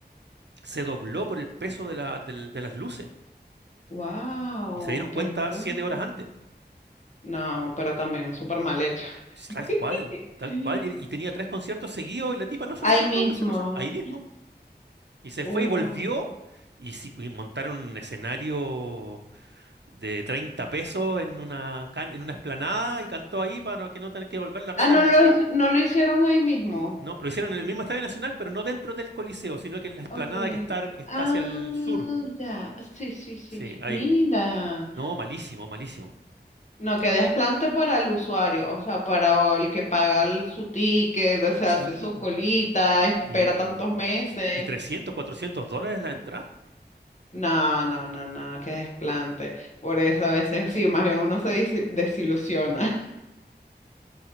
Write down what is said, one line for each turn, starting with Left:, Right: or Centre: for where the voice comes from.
Right: se dobló por el peso de la- del- de las luces.
Left: wow,
Right: Y se dieron cuenta
Left: peligroso.
Right: siete horas antes.
Left: No, pero también es súper mal hecho.
Right: Tal cual,
Left: <laughs>
Right: tal cual. Y, y tenía tres conciertos seguidos y la tipa no se
Left: Ahí
Right: presentó,
Left: mismo.
Right: no se presentó. Ahí mismo. Y se
Left: Uh.
Right: fue y volvió. Y sí, pues, montaron un escenario de 30 pesos en una, can- en una explanada y cantó ahí para que no tener que devolver la plata
Left: Ah,
Right: de
Left: no
Right: las
Left: lo,
Right: entradas.
Left: hic- no lo hicieron ahí mismo.
Right: No, lo hicieron en el mismo Estadio Nacional, pero no dentro del Coliseo, sino que en la explanada
Left: Ok.
Right: que está, que está
Left: Ah,
Right: hacia el sur.
Left: ya. Sí, sí, sí.
Right: Sí, ahí.
Left: Mira.
Right: No, malísimo, malísimo.
Left: No, que desplante para el usuario, o sea, para el que paga el- su ticket, o sea,
Right: Sí.
Left: hace su colita, espera
Right: Y,
Left: tantos meses.
Right: y, y 300, 400 dólares la entrada.
Left: No, no, no, no, que desplante. Por eso a veces sí, más bien uno se disi- desilusiona. <laughs>